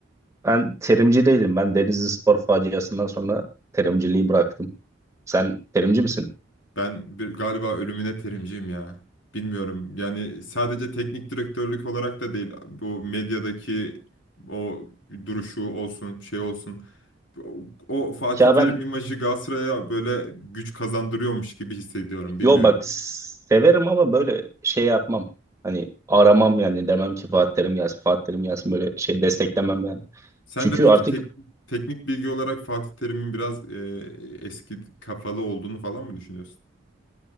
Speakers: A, on the right (about 15°); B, on the left (about 75°).
A: Ben terimci değilim. Ben Denizli Spor faciasından sonra terimciliği bıraktım. Sen terimci misin?
B: Ben bir, galiba ölümüne terimciyim ya. Bilmiyorum. Yani sadece teknik direktörlük olarak da değil. Bu medyadaki o duruşu olsun, şey olsun. O, o Fatih
A: Ya
B: Terim
A: ben
B: imajı Galatasaray'a böyle güç kazandırıyormuş gibi hissediyorum. Bilmiyorum.
A: yo bak severim ama böyle şey yapmam. Hani aramam yani demem ki Fatih Terim gelsin, Fatih Terim gelsin böyle şey desteklemem yani.
B: Sen
A: Çünkü
B: de peki
A: artık
B: tek, teknik bilgi olarak Fatih Terim'in biraz e, eski kafalı olduğunu falan mı düşünüyorsun?